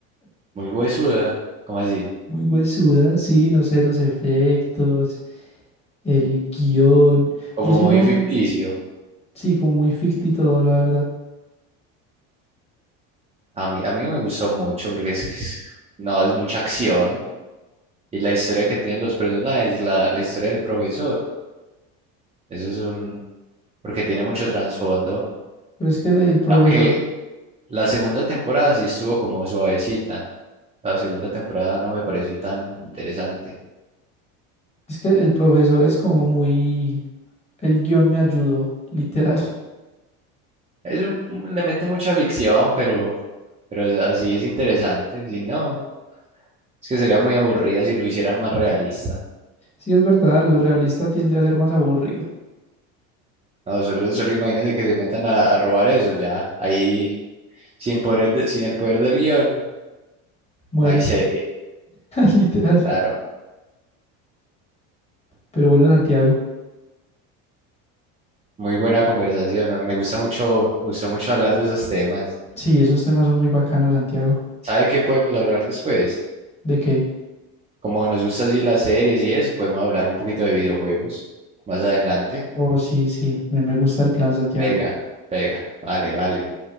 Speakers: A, on the right; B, on the left.
A: Muy huesuda, como así?
B: muy huesuda, sí, no sé, los efectos, el guión.
A: Como
B: Yo sigo
A: muy
B: un,
A: ficticio.
B: sí, como muy ficti todo, la verdad.
A: A mí, a mí no me gustó mucho porque es, es- no, es mucha acción y la historia que tienen los personajes, la, la historia del profesor. Eso es un... porque tiene mucho trasfondo.
B: Pero es que el profesor,
A: Aunque la segunda temporada sí estuvo como suavecita. La segunda temporada no me pareció tan interesante.
B: es que el profesor es como muy, el guión me ayudó, <laughs> literal.
A: Es un- le mete mucha ficción, pero, pero es- así es interesante. Si no, es que sería muy aburrida si lo hicieran más realista.
B: Sí, es verdad, lo realista tiende a ser más aburrido.
A: No, solo, solo imagínate que se metan a, a robar eso ya. Ahí, sin poder de- sin el poder del guión,
B: Mueren,
A: no hay serie.
B: <laughs> literal.
A: Claro.
B: Pero bueno, Santiago,
A: Muy buena conversación, ¿no? Me gusta mucho, me gustó mucho hablar de esos temas.
B: sí, esos temas son muy bacanos, Santiago.
A: ¿Sabe qué podemos hablar después?
B: ¿De qué?
A: Como nos gusta así las series y eso, podemos hablar un poquito de videojuegos más adelante.
B: Oh, sí, sí, me, me gusta el plan, Santiago.
A: Pega, pega. Vale, vale.